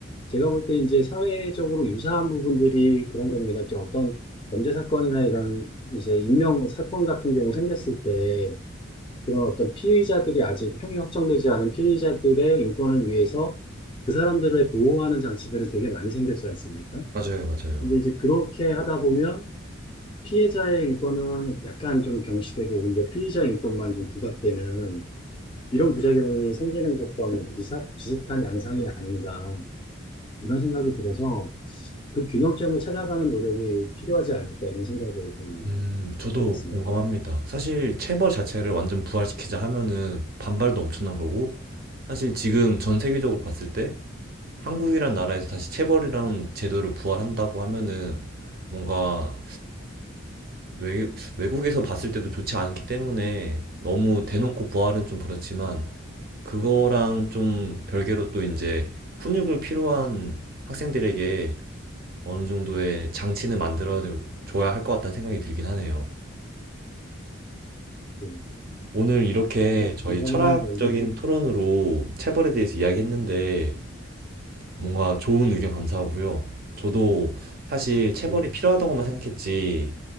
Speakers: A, on the left; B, on the right.
A: 제가 볼 때 이제 사회적으로 유사한 부분들이 그런 겁니다. 이제 어떤 범죄 사건이나 이런 이제 인명 사건 같은 경우 생겼을 때 그런 어떤 피해자들이 아직 형이 확정되지 않은 피해자들의 인권을 위해서 그 사람들을 보호하는 장치들은 되게 많이 생겼지 않습니까?
B: 맞아요, 맞아요.
A: 근데 이제 그렇게 하다 보면 피해자의 인권은 약간 좀 경시되고 오히려 피의자 인권만 좀 부각되는 이런 부작용이 생기는 것과 비슷, 비슷한 양상이 아닌가 이런 생각이 들어서 그 균형점을 찾아가는 노력이 필요하지 않을까 이런 생각을 좀
B: 음, 저도
A: 해봤습니다.
B: 공감합니다. 사실 체벌 자체를 완전 부활시키자 하면은 반발도 엄청난 거고, 사실 지금 전 세계적으로 봤을 때 한국이란 나라에서 다시 체벌이란 제도를 부활한다고 하면은 뭔가 외, 외국에서 봤을 때도 좋지 않기 때문에 너무 대놓고 부활은 좀 그렇지만 그거랑 좀 별개로 또 이제 훈육을 필요한 학생들에게 어느 정도의 장치는 만들어 줘야 할 것 같다는 생각이 들긴 하네요.
A: 네,
B: 오늘 이렇게
A: 그거
B: 저희
A: 공감을
B: 철학적인
A: 하는 걸로.
B: 토론으로 체벌에 대해서 이야기했는데 뭔가 좋은 의견 감사하고요. 저도 사실 체벌이
A: 네,
B: 필요하다고만 생각했지